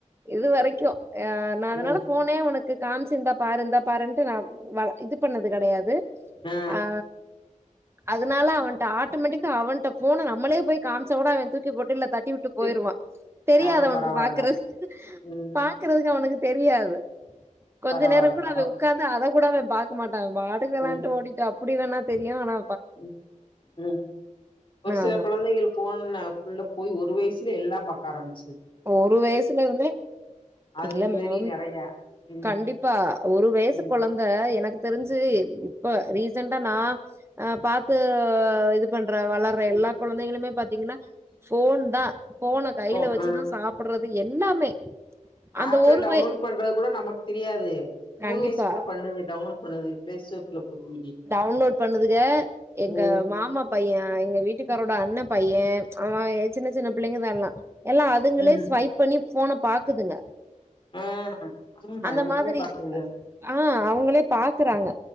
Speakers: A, on the right (about 20°); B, on the left (about 40°).
A: இது வரைக்கு அ நா அதனால
B: ம்
A: ஃபோனே அவனுக்கு காம்ச்சிந்தா பாருந்தா பாருன்ட்டு நா வ இது பண்ணது கெடயாது
B: ஆ
A: அ அதனால அவன்ட ஆட்டமேட்டிக்கா அவன்ட ஃபோன நம்மளே போய் காம்ச்சகூட அவ தூக்கி போட்டு இல்ல த ட்டி வுட்டு போய்ருவா
B: தி
A: தெரியாது
B: ஆ
A: அவுனுக்கு
B: பரவால்ல
A: பாக்குறது
B: ம்
A: பாக்குறதுக்கு அவுனுக்கு தெரியாது கொஞ்ச
B: பரவால்ல
A: நேரங் கூட
B: பரவா
A: அவ உக்காந்து அத கூட அவ பாக்க மாட்டா அவ் பாடுக்கு வெளான்ட்டு
B: ம்
A: ஓடிட்டு அ ப்புடி வேணா தெரியு ஆனா
B: ம் ம் ஒரு சில
A: ஆமா
B: குழந்தைகள் போன்னா உள்ள போயி ஒரு வய்ஸ்லே எல்லா பாக்காரம்
A: ஒரு வயசுல இருந்தே
B: அதுகளுக்கு
A: இல்ல மேம்
B: தெரியு நெறைய ம்
A: கண்டிப்பா ஒரு வயசு
B: ம்
A: கொழந்த எனக்கு தெரிஞ்சு இப்ப ரீ ஜன்டா நா அ பாத்து இது பண்ற வளர்ற
B: ம்
A: எல்லா குழந்தைங்கமே பாத்தீங்கன்னா ஃபோன் தா ஃபோன கைல
B: ஓ
A: வச்சுதா
B: ஆ
A: சாப்பிடுறது எல்லாமே அந்த
B: ஆப்ல
A: ஒரு
B: டவுன்லோட்
A: வய
B: பண்றது கூட நமக் தெரியாது
A: கண்டிப்பா
B: மூணு வயசு புள்ள பண்ணுது டவுன்லோட் பண்ணுது பிளே ஸ்டோர்குள்ள போயி
A: டவுன்லோட் பண்ணுதுக எங்க
B: ம்
A: மாமா பைய எங்க வீட்டுக்காரோட அண்ண பையே அவ எ சின்ன சின்ன பிள்ளைங்கதா எல்லா எல்லா அதுங்களே
B: ம்
A: ஸ்வைப் பண்ணி ஃபோன பாக்குதுங்க
B: ஆ ஆமா
A: அந்த
B: எல்லாமே
A: மாதிரி
B: பாக்குதுக
A: அ அவுங்களே பா க்குறாங்க